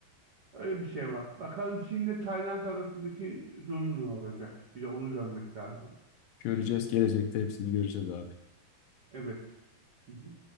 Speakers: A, on the right (about 60°); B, on the left (about 85°).
A: Öyle bir şey var. Bakalım Çin'le Tayland arasındaki durum ne olacak? Bir de onu görmek lazım.
B: Göreceğiz gelecekte hepsini göreceğiz abi.
A: Evet. Hı hı.